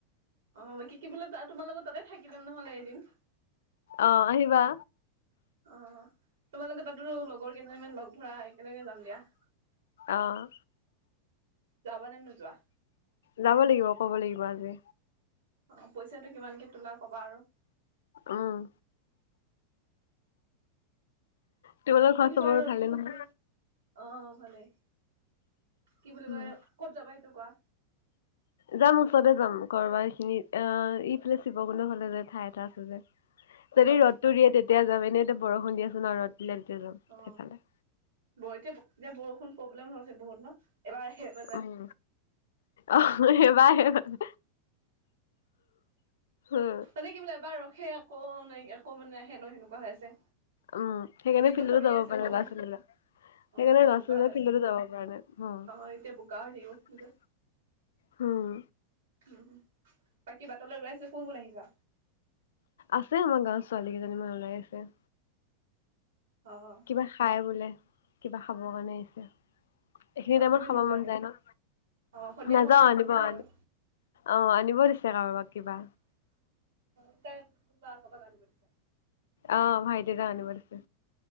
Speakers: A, on the right; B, on the left.
A: অ', কি কি বোলে তোমাৰ লগত তাতে থাকি দিম নহ'লে এদিন।
B: অ', আহিবা।
A: অ', তোমালোকৰ তাতো লগৰ কেইজনী মান লগ ধৰা একেলগে যাম দিয়া।
B: অ'।
A: যাবা নে নোযোৱা?
B: যাব লাগিব, ক'ব লাগিব আজি।
A: অ', পইচাটো কিমানকে তোলা ক'বা আৰু।
B: উম। তোমালোকৰ ঘৰত
A: শুদিবা
B: চবৰে
A: আৰু
B: ভালেই
A: ত শুধবা।
B: নহয়?
A: অ', ভালেই। কি বুলি
B: উম,
A: কয় ক'ত যাবা সেইটো কোৱা?
B: যাম, ওচৰতে যাম, কৰবাৰ এই খিনি আহ ইফালে শিৱকুণ্ড ফালে যে ঠাই এটা আছে যে। যদি
A: হয়
B: ৰ'দটো দিয়ে তেতিয়া যাম এনেই এয়া বৰষুণ দিয়াচোন ন ৰ'দ দিলে তেতিয়া যাম
A: অ
B: সেইফালে।
A: ব। এতিয়া এতিয়া বৰষুণ প্ৰণল তেওঁ এতিয়া বৰষুণ এতিয়া প্ৰব্লেম হৈছে বহুত ন। এবাৰ সে
B: উম। অ', এবাৰ হেই হ'ল, উম।
A: মানে কি বোলে এবাৰ ৰখে, আকৌ নাই, আকৌ মানে আহে, সেহেত সেনেকুৱা হৈ আছে।
B: উম, সেইকাৰণে
A: দিনটো
B: ফিল্ডলে
A: পৰি
B: যাব
A: আছে
B: পৰা
A: বৰষুণ
B: নাই ল'ৰা-ছোৱালী বিলাক। সেইকাৰণে
A: অ
B: ল'ৰা-ছোৱালী
A: বোকা হৈছে
B: ফিল্ড লে যাব পৰা নাই, অ'।
A: অ এতিয়া বোকা হৈ থাকিব ফিল্ডটো
B: উম।
A: উম, বাকী বাটলৈ ওলাইছে কোন কোন আহিচা?
B: আছে আমাৰ গাঁৱত ছোৱালী কেইজনীমান ওলাই আহিচে।
A: অ'।
B: কিবা খাই বোলে, কিবা খাব কাৰণে আহিছে, এইখিনি
A: অ
B: টাইমত
A: তুমি
B: খাব
A: নোযোৱা
B: মন
A: নেকি
B: যায় ন।
A: অ সন্ধিয়া
B: নাযাওঁ
A: সময়ত খাব
B: আনিব
A: মন যায়
B: আ,
A: বাৰু
B: অ', আনিব দিছে কাৰোবাক কিবা।
A: <unintelligible> আনিব দিছা।
B: অ', ভাইটি এটাক আনিব দিছে।